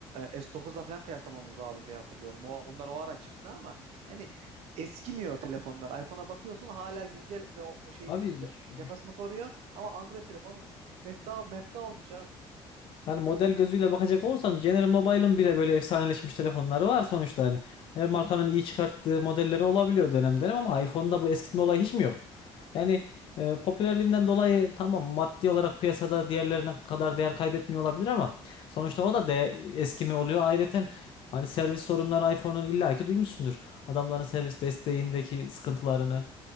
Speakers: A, on the right; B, on the left.
A: e, S9'la falan kıyaslamamız lazım diye hatırlıyorum. O, onlar o ara çıktı ama yani eskimiyor telefonlar. iPhone'a bakıyorsun hala güncel ve o, o şeyini
B: Abi
A: ca-
B: şu,
A: cakasını koruyor ama Android telefonu mefta mefta olmuş abi.
B: Hani model gözüyle bakacak olursan General Mobile'ın bile böyle efsaneleşmiş telefonları var sonuçta hani. Her markanın iyi çıkarttığı modelleri olabiliyor dönem dönem ama iPhone'da bu eskitme olayı hiç mi yok? Yani e, popülerliğinden dolayı tamam maddi olarak piyasada diğerlerine kadar değer kaybetmiyor olabilir ama sonuçta o da de eskimi oluyor. Ayrıca hani servis sorunları iPhone'un illaki duymuşsundur. Adamların servis desteğindeki sıkıntılarını